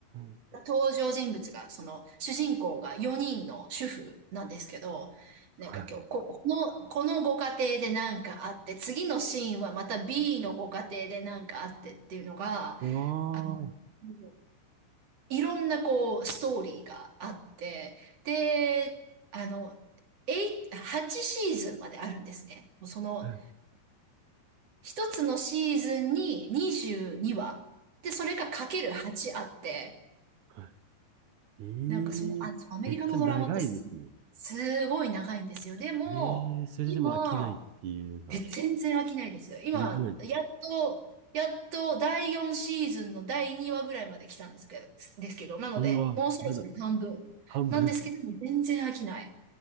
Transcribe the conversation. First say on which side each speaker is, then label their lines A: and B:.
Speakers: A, on the right (about 70°); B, on the right (about 35°).
A: い。
B: 登場人物が、その、主人公が4人の主婦なんですけど、なんか今日、
A: はい。
B: こ、この、このご家庭でなんかあって、次のシーンはまた B のご家庭でなんかあってっていうのが、
A: ああ、
B: あの、
A: は
B: もういろんなこう、ストーリーがあって、で、あの、8、8シーズンまであるんですね。もうその、
A: い
B: 一つのシーズンに22話。で、それがかける8あって、
A: はい。え
B: なんかそのあ、
A: え、
B: そうアメリカのドラマってす、
A: めっちゃ長いですね。
B: すごい長いんですよ。でも、
A: ええ、それでも飽きないっていうのが、
B: 今、え、全然飽きないです。今、
A: すごい。
B: やっと、やっと第4シーズンの第2話ぐらいまで来たんですけど、ですけど、なので、
A: うわ、
B: もうそろそろ半分なんですけども、
A: まだ半分。
B: 全然飽きない。